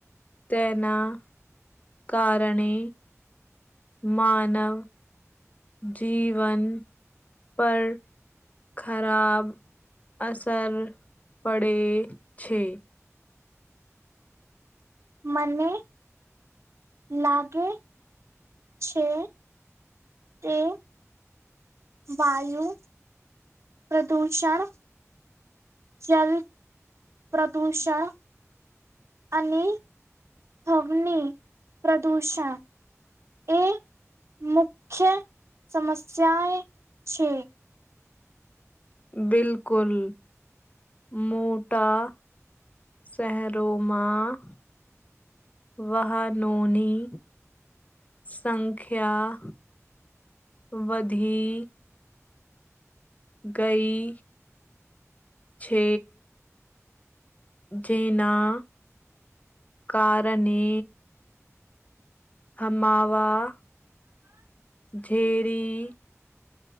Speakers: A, on the left; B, on the right.
A: તેના કારણે માનવ જીવન પર ખરાબ અસર પડે છે.
B: મને લાગે છે કે વાયુ પ્રદૂષણ જલ પ્રદૂષણ અને અગ્નિ પ્રદૂષણ એ મુખ્ય સમસ્યાએ છે.
A: બિલકુલ. મોટા શહેરોમાં વાહનોની સંખ્યા વધી ગઈ છે. જેના કારને હમાવા ઝેરી